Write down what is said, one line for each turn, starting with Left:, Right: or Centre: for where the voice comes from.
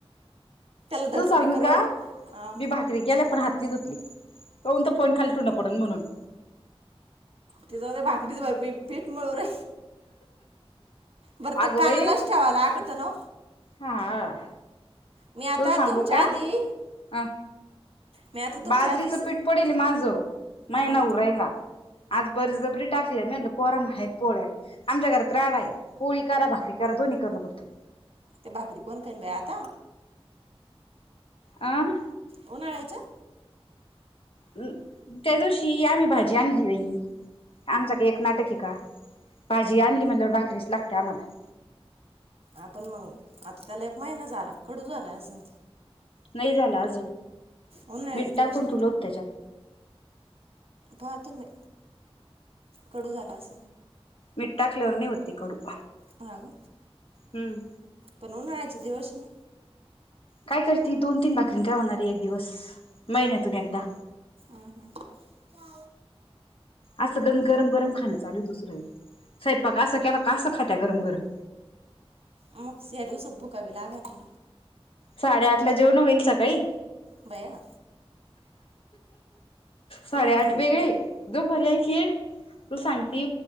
Right: धड
Left: तू
Right: स्पीकरवर
Left: सांगू का
Right: अ
Left: मी भाकरी केले पण हातली तुथली होऊन त फोन खाली ठ न पडल म्हणून
Right: तिचा ते भाकरीच भर पीठ मिळू र बरं ते
Left: अगं
Right: कानालाच
Left: बाई
Right: ठेवाला अगतं ना
Left: हा
Right: मी आता
Left: तुला सांगू
Right: तुमच्या
Left: का
Right: आधी
Left: अ
Right: मी आता तुमच्या
Left: बाजरीचं
Right: आधी स
Left: पीठ पडेल माझ मैना
Right: अं,
Left: उरायला आज बरीच ज बरी टाकली म्ह परण ह पोळ्या आमच्या घरात राडा आहे पोळी का भाकरी का दोन्ही करणं पडत
Right: ते बाकरी कोण कोन बयाता
Left: अं
Right: होन आ्याच्या च
Left: अम त्या दिवशी आम्ही भाजी आणली नाही आमचा काही एक नाटक का भाजी आणली म्हणल्यावर भाकरीच लागते आम्हाला
Right: आपण मग आता त्याला एक महिना झाला कडू झालाय असं
Left: नाही झाला अजून
Right: उन्हाळ्याचे
Left: मिठ
Right: दिवस
Left: टा कोून तुल होत त्याच्यात
Right: पाह तो मी कडू झाला अस
Left: मिठा क्लेवरनेओत्तीिक कोडू
Right: हा का
Left: हम्म
Right: पण हो ना आयचे दिवस ना
Left: काय करते दोन तीन भाकरी काय होणारे एक दिवस महिन्यातून एकदा
Right: हम्म हम्
Left: असं ग गरम गम खां चालू आहे दुसरंेळी स्वैपाक कासं केला कासं खात्या गरम गरम
Right: मग सि या दिवसात भुकावी लागा त
Left: साडे आठ ला जेवण होईल सकाळी
Right: बया
Left: साडे
Right: मी
Left: अठ
Right: तर
Left: बजे गय उधो परर्या खीळ तू सांगते